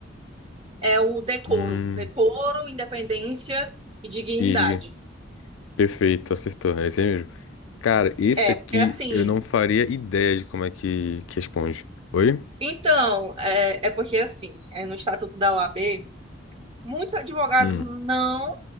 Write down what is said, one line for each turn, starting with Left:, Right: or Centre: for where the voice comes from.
Right: É o decoro.
Left: Hum.
Right: Decoro, independência e dignidade.
Left: Ig. Perfeito, acertou. É esse aí mesmo. Cara, esse
Right: É,
Left: aqui
Right: porque assim.
Left: eu não faria ideia de como é que, que responde. Oi?
Right: Então, é, é porque assim, é no estatuto da OAB, Muitos advogados
Left: Hum.
Right: não